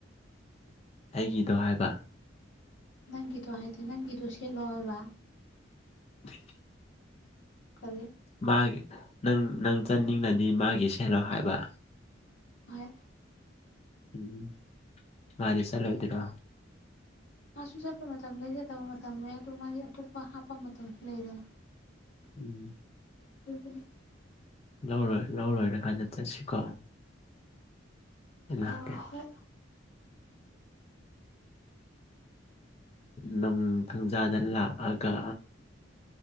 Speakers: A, on the left; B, on the left.
A: ꯑꯩꯒꯤꯗꯣ ꯍꯥꯏꯕ
B: ꯅꯪꯒꯤꯗꯣ ꯍꯥꯏꯗꯤ ꯅꯪꯒꯤꯗꯣ ꯁꯦꯠꯂꯣꯑꯣꯕ
A: ꯊꯕꯤ
B: ꯀꯦ
A: ꯃꯥꯒꯤ ꯅꯪ ꯅꯪ ꯆꯠꯅꯤꯡꯅꯗꯤ ꯃꯥꯒꯤ ꯁꯦꯜꯂꯣ ꯍꯥꯏꯕ
B: ꯍꯣꯏ
A: ꯎꯝ ꯃꯥꯅꯦ ꯆꯠꯂꯣꯏꯗꯔꯣ
B: ꯃꯥꯁꯨ ꯆꯠꯄ ꯃꯇꯝ ꯂꯩ ꯆꯠꯇꯕ ꯃꯇꯝ ꯂꯩ ꯑꯗꯨ ꯃꯥꯗꯤ ꯑꯇꯣꯞꯄ ꯍꯥꯞꯄ ꯃꯇꯝꯁꯨ ꯂꯩꯗꯅ
A: ꯎꯝ
B: ꯎꯄꯅꯦ
A: ꯂꯧꯔꯣꯏ ꯂꯧꯔꯣꯏꯔ ꯀꯥꯟꯗ ꯆꯠꯁꯤꯀꯣ ꯏꯂꯀꯦ
B: ꯑꯥ ꯍꯣꯏ
A: ꯅꯨꯡꯊꯪꯖꯥꯗ ꯂꯥꯛꯑꯒ